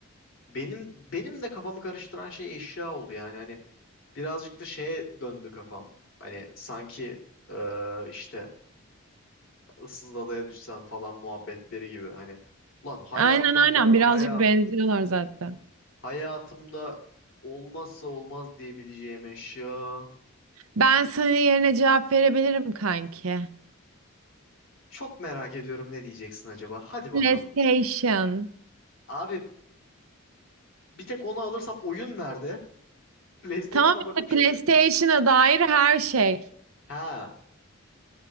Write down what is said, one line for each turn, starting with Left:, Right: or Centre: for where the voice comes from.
Left: Benim benim de kafamı karıştıran şey eşya oldu yani hani birazcık da şeye döndü kafam. Hani sanki e, işte ıssız adaya düşsen falan muhabbetleri gibi hani ulan hayatımda
Right: Aynen aynen birazcık
Left: hayatım
Right: benziyorlar zaten.
Left: hayatımda olmazsa olmaz diyebileceğim eşya.
Right: Ben senin yerine cevap verebilirim kanki.
Left: Çok merak ediyorum ne diyeceksin acaba? Hadi bakalım.
Right: PlayStation.
Left: Abi bir tek onu alırsam oyun nerede? <laughs> PlayStation'a
Right: Tamam
Left: bakıp
Right: işte PlayStation'a
Left: şey mi yapacağım?
Right: dair her şey.
Left: Ha.